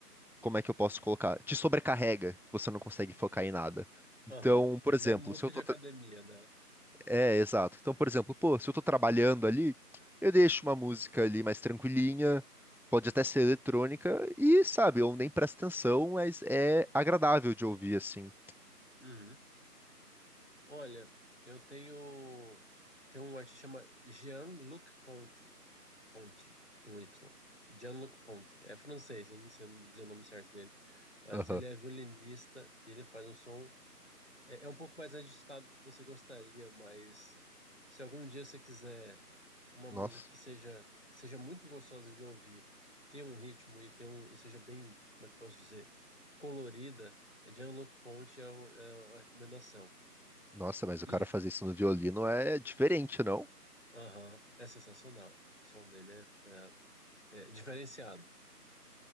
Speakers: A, in the centre; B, on the left.
A: como é que eu posso colocar? Te sobrecarrega, que você não consegue focar em nada. Então,
B: aham.
A: por
B: Não
A: exemplo,
B: é música
A: se eu tô,
B: de academia, né?
A: É, exato. Então, por exemplo, pô, se eu tô trabalhando ali, eu deixo uma música ali mais tranquilinha, pode até ser eletrônica, e sabe, eu nem presto atenção, mas é agradável de ouvir assim.
B: Uhum. Olha, eu tenho tem um artista chama Jean-Luc Ponty, Ponty com Y. Jean-Luc Ponty. É francês, eu não sei dizer o nome certo dele, mas
A: Aham.
B: ele é violinista e ele faz um som é, é um pouco mais agitado do que você gostaria, mas se algum dia você quiser uma
A: Nossa,
B: música que seja seja muito gostosa de ouvir, que tenha um ritmo e tenha um e seja bem, como é que eu posso dizer, colorida, Jean-Luc Ponty é, o- é a recomendação.
A: nossa, mas o
B: E
A: cara fazer isso no violino é diferente, não?
B: Aham, é sensacional. O som dele é, é- é diferenciado.